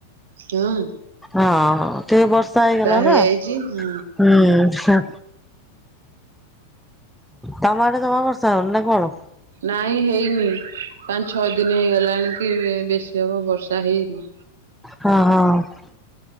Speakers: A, on the right; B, in the centre.
A: ହଁ।
B: ହଁ ହଁ ଟିକେ ବର୍ଷା ହେଇଗଲା
A: ହେଇଯାଇଛି
B: ନା
A: ହଁ
B: ହୁଁ ତମ ଆଡେ ଜମା ବର୍ଷା ହେଉନି ନା କଣ?
A: ନାଇଁ ହେଇନି ପାଞ୍ଚ ଛଅ ଦିନ ହେଇଗଲାଣି କି ବେଶୀ ହବ ବର୍ଷା ହେଇନି।
B: ହଁ ହଁ।